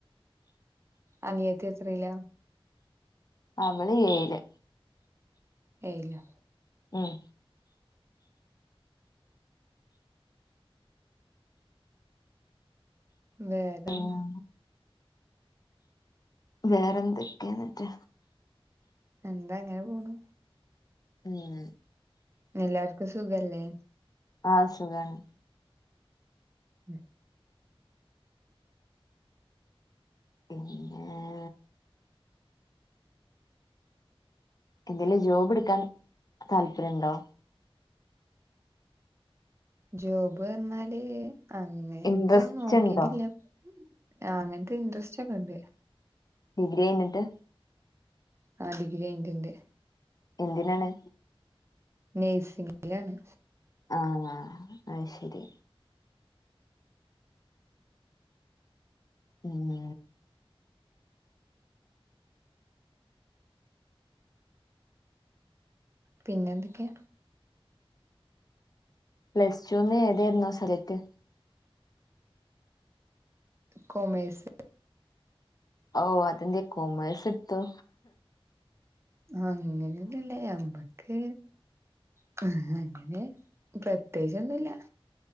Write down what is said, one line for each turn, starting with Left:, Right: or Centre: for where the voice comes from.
Right: അനിയത്തി എത്രീല?
Left: അവള് ഏഴില്
Right: ഏയിലോ?
Left: ഉം
Right: വേറെന്ത?
Left: ഉം വേറെ എന്തൊക്കെന്നെട്ട്?
Right: എന്താ അങ്ങനെ പോണ്
Left: ഉം
Right: എല്ലാര്ക്കും സുഖല്ലേ?
Left: ആഹ് സുഖാണ്.
Right: ഉം
Left: പിന്നെ എന്തെലും ജോബ് ട്ക്കാൻ താല്പര്യണ്ടോ?
Right: ജോബ്ർഞ്ഞാല് അങ്ങൻത്തൊന്നോക്കിട്ടില്ല.
Left: ഇൻട്രസ്റ്റ് ഉണ്ടോ
Right: ആഹ് അങ്ങൻത്തെ ഇൻട്രസ്റ്റൊക്കെണ്ട്.
Left: ഡിഗ്രി കയ്ഞ്ഞ്ട്ട്
Right: ആഹ് ഡിഗ്രി കഴിഞ്ഞിട്ട്ണ്ട്.
Left: എന്തിനാണ്?
Right: നഴ്സിംഗിലാണ്.
Left: ആഹ് അയ് ശെരി. ഉം
Right: പിന്നെന്തെക്കെ?
Left: പ്ലസ് ടുന്ന് ഏതേര്ന്നു സബ്ജെക്റ്റ്?
Right: കൊമേഴ്സ്.
Left: ഓഹ് അതെന്തെ കൊമേഴ്സട്ത്തു?
Right: അങ്ങനെന്നുല്ല എമ്പ ക്ക് <unintelligible> അങ്ങനെ പ്രത്യേകിച്ചൊന്നുല്ല.